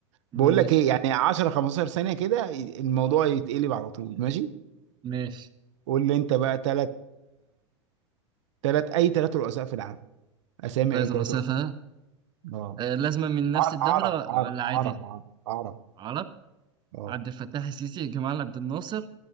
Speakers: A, on the right; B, on the right.
A: بقول
B: ماشي
A: لك ايه يعني 10 15 ثانيه كده الموضوع يتقلب على طول ماشي
B: ماشي
A: قول لي انت بقى ثلاث ثلاث اي ثلاث رؤساء في العالم اسامي
B: طيب
A: اي ثلاث
B: الوسافة
A: رؤساء اه
B: آه، لازمة من نفس
A: عر-
B: الدولة
A: عرب عرب
B: ولا عادي؟
A: عرب عرب عرب
B: عرب
A: اه
B: عبد الفتاح السيسي جمال عبد الناصر